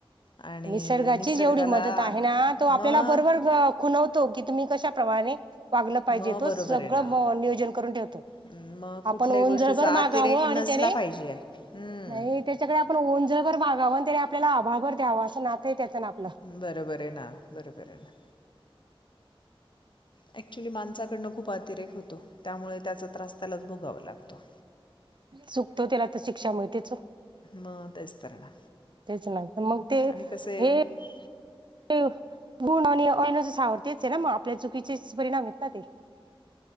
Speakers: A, on the left; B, on the right.
A: आणि
B: निसर्गाची
A: निसर्गाला
B: जेवढी मदत आहे ना तो आपल्याला
A: मग
B: बरोबर खुनवतो कि तुम्ही कशाप्रमाणे वागलं पाहिजे
A: मग
B: तो
A: बरोबर
B: सगळं
A: आहे ना.
B: नियोजन करून ठेवतो
A: हम्म, मग कुठल्याही
B: आपण ओंझरभर
A: गोष्टीचा
B: मागावं
A: अतिरेक
B: आणि
A: नसला
B: त्याने
A: पाहिजे हम्म.
B: नाही त्याच्याकडे आपण ओंझ मागा आपल्याला आभाघर द्यावां असं ना आपलं
A: बरोबर आहे ना बरोबर आहे ना अऍक्च्युली माणसाकडनं खूप अतिरेक होतो त्यामुळे त्याचा त्रास त्यालाच भोगावा लागतो
B: चुकतो त्याला तर शिक्षा मिळतो च्
A: मग तेच तर ना
B: तेच नाही मग ते
A: आणि कसं आहे
B: हे हो गुण आणि अणज सावडतेच आहे ना मग आपल्या चुकीचेच परिणाम आहेत ना ते